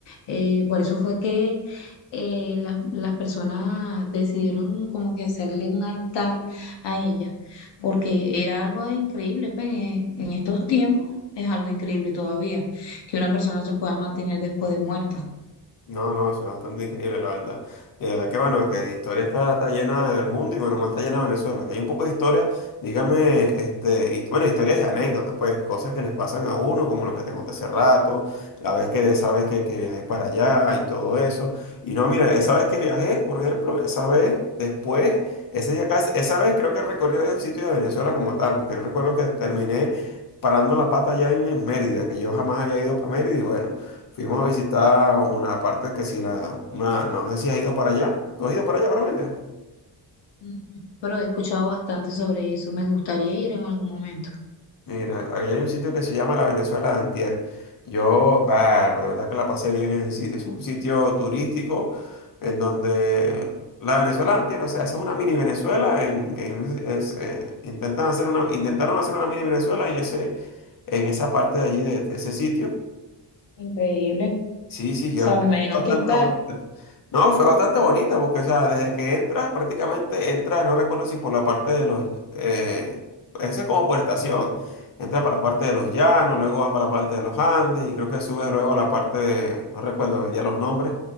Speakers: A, on the left; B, on the left.
A: Eh, por eso fue que eh, las, las personas decidieron como que hacerle un altar a ella, porque era algo increíble, pues, en, en estos tiempos es algo increíble todavía, que una persona se pueda mantener después de muerta.
B: No, no, eso es bastante increíble, la verdad. Y la verdad que bueno, que de historia está, está llena del mundo y bueno, más está llena Venezuela. Que hay un poco de historia, dígame, este, his- bueno, historias y anécdotas, pues, cosas que les pasan a uno, como lo que te conté hace rato, la vez que de esa vez que, que viajé para allá y todo eso. Y no, mira, esa vez que viajé, por ejemplo, esa vez después, ese día casi, esa vez creo que recorrí varios sitios de Venezuela como tal, porque yo recuerdo que terminé parando la pata allá en, en Mérida, que yo jamás había ido para Mérida y bueno. Fuimos a visitar una parte que si la... Una, no sé si has ido para allá. ¿Tú has ido para allá, para Mérida?
A: Mm, Pero he escuchado bastante sobre eso, me gustaría ir en algún momento.
B: Mira, ahí hay un sitio que se llama la Venezuela de Antier. Yo, bueno, de verdad que la pasé bien en ese sitio. Es un sitio turístico en donde la Venezuela de Antier, o sea, esa es una mini Venezuela. En, en- es, eh, intentan hacer una, intentaron hacer una mini Venezuela en ese, en esa parte de allí, de de ese sitio.
A: Increíble.
B: Sí, sí, lleva
A: O sea, me imagino
B: bastante
A: qué tal.
B: bonita. No, fue bastante bonita porque, o sea, desde que entras, prácticamente entras, no recuerdo si por la parte de los, eh, ese es como por estación, entras para la parte de los llanos, luego vas para la parte de los Andes y creo que subes luego a la parte de, no recuerdo ya los nombres,